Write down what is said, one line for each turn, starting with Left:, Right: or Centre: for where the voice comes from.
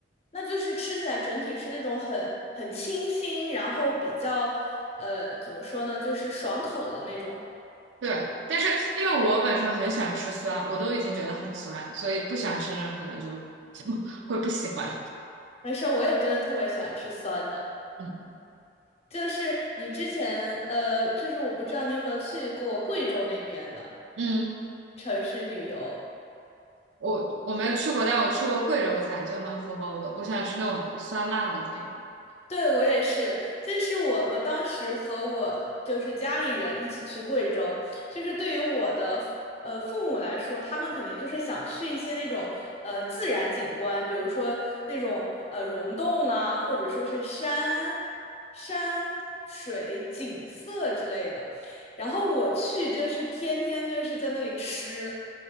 Left: 那就是吃起来整体是那种很很清新，然后比较，呃，怎么说呢，就是爽口的那种。
Right: 对。但是因为我本身很喜欢吃酸，我都已经觉得很酸，所以不喜欢吃的人可能就会不喜欢。
Left: 没事儿，我也真的特别喜欢吃酸的。
Right: 嗯
Left: 就是你之前呃，就是我不知道你有没有去过贵州那边的
Right: 嗯。
Left: 城市旅游。
Right: 我我没有去过，但我吃过贵州菜，就很符合我我想吃那种酸辣的那个
Left: 对，我也是，就是我，我当时和我就是家里人一起去贵州，就是对于我的呃父母来说，他们肯定就是想去一些那种呃自然景观，比如说那种呃溶洞啦，或者说是山山水景色之类的。然后我去就是天天就是在那里吃。